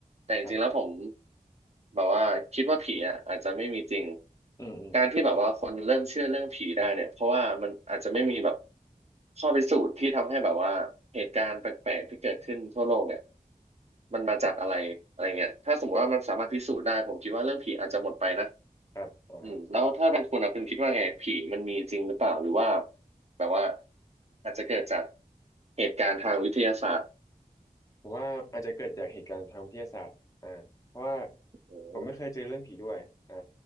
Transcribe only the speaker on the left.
ครับ
อืมอืม
ครับอ่า
ผมว่าอาจจะเกิดจากเหตุการณ์ทางวิทยาศาสตร์อ่าเพราะว่า
ผมไม่เคยเจอเรื่องผีด้วยอ่า